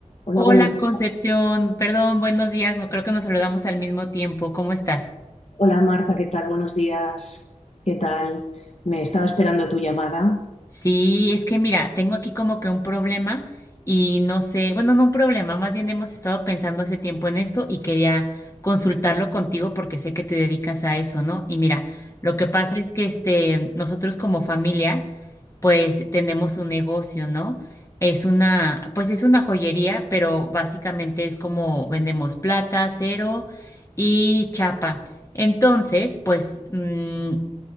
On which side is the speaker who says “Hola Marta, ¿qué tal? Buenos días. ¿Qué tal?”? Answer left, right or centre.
Left